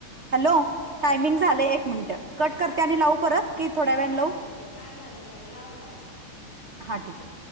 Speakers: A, on the right; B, on the left.
A: हॅलो टायमिंग
B: हा बोला
A: झालंय
B: की
A: एक मिनट. कट करते
B: हा
A: आणि
B: चालेल
A: लावू परत की थोड्या
B: हा
A: वेळाने
B: हा
A: लावू?
B: चालेल हा चालेल चालेल लावा लावा
A: हा ठीक हाय.